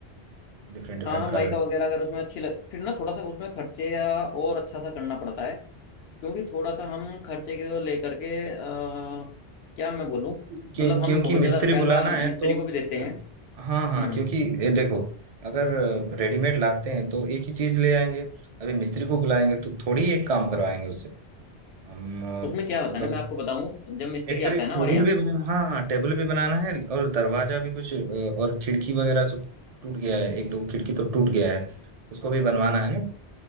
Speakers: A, on the right; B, on the left.
A: डिफरेंट डिफरेंट
B: हाँ माइका
A: कलर
B: वगैरह
A: से
B: अगर उसमें अच्छी लग फिर ना थोड़ा सा उसमें खर्चे या और अच्छा सा करना पड़ता है क्योंकि थोड़ा सा हम खर्चे को लेकर के आ, क्या मैं बोलूँ
A: क्यों
B: मतलब हम
A: क्योंकि
B: बहुत
A: मिस्त्री
B: ज़्यादा पैसा
A: बुलाना
B: मिस्त्री
A: है तो
B: को भी देते
A: द,
B: हैं
A: हाँ हाँ
B: हम्म
A: क्योंकि ये देखो अगर रेडीमेड लाते हैं तो एक ही चीज ले आएंगे अभी मिस्त्री को बुलाएंगे तो थोड़ी एक काम करवाएंगे उससे हम अ,
B: उसमें क्या होता
A: मतलब
B: है ना मैं आपको बताऊं जब मिस्त्री
A: एक्चुअली
B: आता है ना हमारे
A: टेबल
B: यहाँ
A: भी बनाना हाँ हाँ टेबल भी बनाना है और दरवाजा भी कुछ अ, और खिड़की वगैरह सब टूट गया है एक दो खिड़की तो टूट गया है उसको भी बनवाना है ना